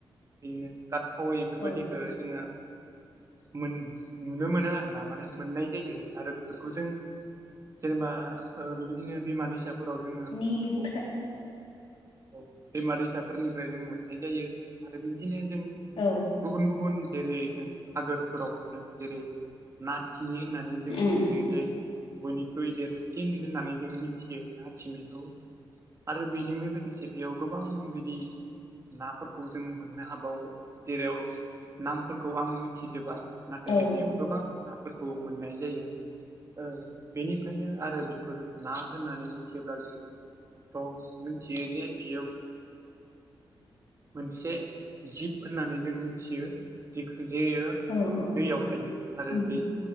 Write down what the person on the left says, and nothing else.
औ
बेनिफ्राय
औ
उम
औ
औ औ
उम